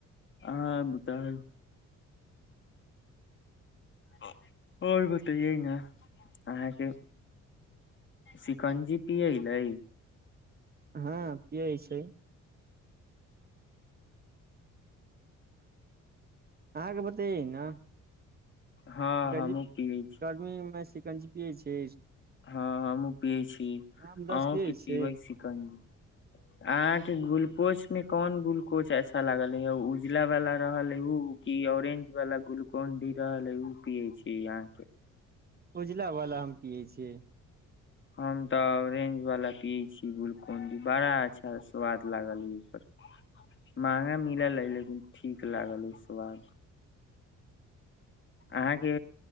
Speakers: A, on the left; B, on the right.
A: अहाँ बताउ आओर बतैऽय न अहाँके शिकंजी पीयैलै
B: हाँ पीयै छै अहाँके बतैइए न
A: हँ
B: शिकंजी
A: हमहुँ पियै
B: <unintelligible> सिकंजी पीयै छै
A: हाँ हमहूँ पीयै छी
B: आमरस
A: अंहूँ
B: पियै
A: के पीबै
B: छियै
A: छी सिकंजी अहाँके ग्लूकोज मे कोन ग्लूकोज अच्छा लागल हइ उजला वला रहल हइ उ की ऑरेंज वला ग्लूकोन डी रहल हइ उ पीयै छी अहाँके
B: उजलावला हम पीयै छियै
A: हम तऽ ऑरेंजवला पीयै छी ग्लूकॉन-डी बड़ा अच्छा स्वाद लागल हइ अ-ओकर महंगा मिलल हइ लेकिन ठीक लागल हइ स्वाद अहाँके